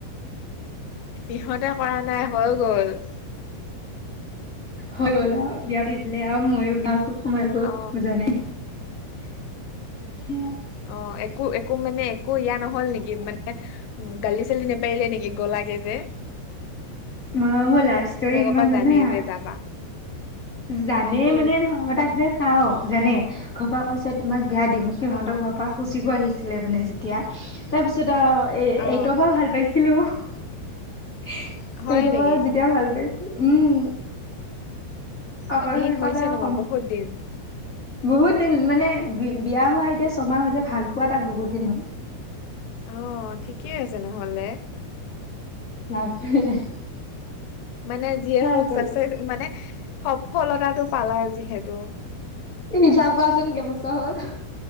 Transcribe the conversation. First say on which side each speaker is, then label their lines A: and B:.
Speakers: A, on the left (about 80°); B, on the left (about 30°).
A: ইহঁতে কৰা নাই হৈ গল।
B: হৈ গল আৰু বিয়া পি দিলে আহ ময়ো বিয়া সোমাই গ
A: অ
B: বুজানাই। <unintelligible>
A: অ', একো একো মানে একো ইয়া নহল নেকি মানে উম, গালি চালি নেপাৰিলে নেকি গলাাকে যে?
B: ম মোৰ লাভ ষ্টৰি
A: তুমি আগৰ
B: কিমান
A: পৰা জানে
B: জানা?
A: যে যাবা
B: জানে
A: কি
B: মানে নহ ময় তাক যে চাওঁ জানে ঘৰপা কৈছে তোমাক বিয়া দিম সিহঁতৰ
A: অ
B: ঘৰৰ পৰা খুজিব আহিছিলে মানে যেতিয়া তাৰপিছত আৰু এ
A: অ
B: এইটৰ পৰা ভাল পাইছিলো এইটৰ
A: হয় নেকি
B: পৰা যেতিয়া ভাল পাইছিল উম। অৱশেষত
A: অ দিন হৈছে
B: আৰু
A: নবা বহুত দিন
B: বহুত দিন মানে বি বিয়া হোৱা এতিয়া ছমাহ হৈছে ভাল পোৱা তাক বহুত দিন হ'ল।
A: অ', ঠিকেই আছে নহলে।
B: <unintelligible>
A: মানে যিয়ে
B: হৈ
A: হওক
B: গ'ল
A: চাকচেচ মানে সফলতাটো পালা যিহেতু।
B: হিচাপ কৰাচোন কেইবছৰ হ'ল।